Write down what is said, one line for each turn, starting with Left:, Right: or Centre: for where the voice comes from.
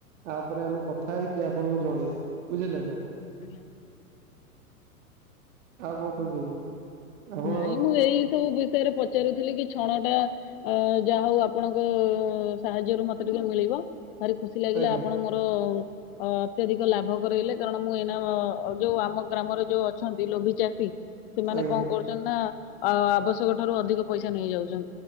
Right: ତାପରେ ଆମେ କଥା ହେଇକି ଆପଣଙ୍କୁ ଜଣେଇବୁ ବୁଝିଲେ ନା।
Left: ଆଜ୍ଞା।
Right: ଆଉ କଣ କହୁଛନ୍ତି
Left: ହୁଁ
Right: ଆପଣ
Left: ନାଇଁ ମୁଁ ଏଇ ସବୁ ବି ଷୟରେ ପଚାରୁଥିଲି କି ଛଣ ଟା ଅଁ ଯାହା ହୋଉ ଆପଣଙ୍କ ସାହାଯ୍ୟ ରୁ ମତେ ଟିକେ ମିଳିବ। ଭାରି ଖୁସି ଲାଗିଲା
Right: ଆଜ୍ଞା
Left: ଆପଣ ମୋରୋ ଅତ୍ୟଧିକ ଲାଭ କରେଇଲେ କାରଣ ମୁଁ ଏଇନା ଯୋଉ ଆମ ଗ୍ରାମରେ ଯୋଉ ଅଛନ୍ତି ଲୋଭି ଚା ଷୀ ସେମାନେ
Right: ଆଜ୍ଞା
Left: କଁ କରୁଛନ୍ତି ନା ଆ ଆବଶ୍ୟକ ଠାରୁ ଅଧିକ ପଇସା ନେଇଯାଉଚନ୍